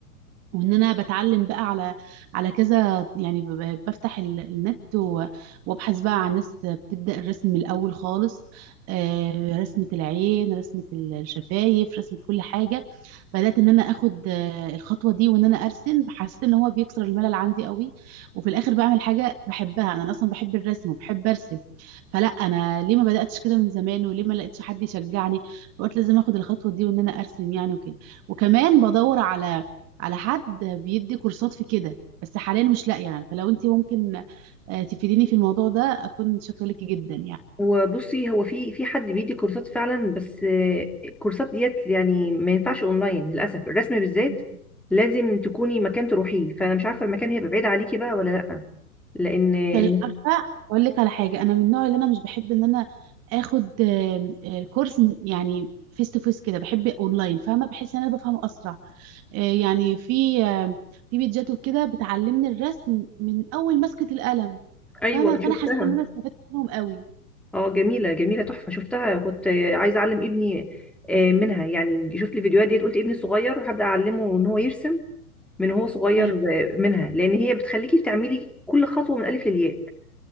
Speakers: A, on the right; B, in the centre.
A: وان انا بتعلم بقى على على كذا يعني ب- ب- بفتح ال- النت و- وابحث بقى عن ناس بتبدا الرسم من الاول خالص آه، رسمه العين رسمه الشفايف رسمه كل حاجه بدات ان انا اخد آه، الخطوه دي وان انا ارسم حسيت ان هو بيكسر الملل عندي قوي وفي الاخر بعمل حاجه بحبها انا اصلا بحب الرسم وبحب ارسم فلا انا ليه ما بداتش كده من زمان وليه ما لقيتش حد يشجعني فقلت لازم اخد الخطوه دي وان انا ارسم يعني وكده وكمان بدور على على حد بيدي كورسات في كده بس حاليا مش لاقيه يعني فلو انت ممكن آه، تفيديني في الموضوع ده اكون شاكره ليكي جدا
B: وبصي هو في في حد بيدي كورسات فعلا بس آه، الكورسات ديت يعني ما ينفعش اونلاين للاسف الرسم بالذات
A: يعني
B: لازم تكوني مكان تروحيه فانا مش عارفه المكان هيبقى بعيد عليكي بقى ولا لا لان الم-
A: طيب عارفه اقول لك على حاجه انا من النوع اللي انا مش بحب ان انا اخد آم، آه، الكورس يعني فيس تو فيس كده بحب اونلاين فاهمه بحس ان انا بفهمه اسرع آه، يعني في آم، في بيتجات وكده بتعلمني الرسم من اول مسكه القلم
B: ايوه
A: فاهمه
B: انا
A: فانا
B: شفتها
A: حسيت ان انا استفدت منهم قوي
B: اه جميله جميله تحفه شفتها كنت آه، عايزه اعلم ابني آه، منها يعني شفت الفيديوهات ديت قلت ابني الصغير هبدا اعلمه ان هو يرسم من هو صغير
A: ايوه
B: آه، منها لان هي بتخليكي تعملي كل خطوه من الالف للياء